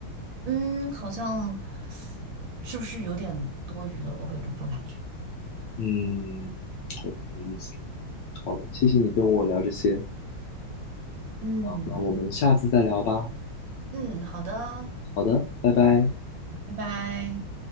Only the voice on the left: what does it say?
嗯，我懂你的意思。好的，谢谢你跟我聊这些，
那我们下次再聊吧。
好的，拜拜。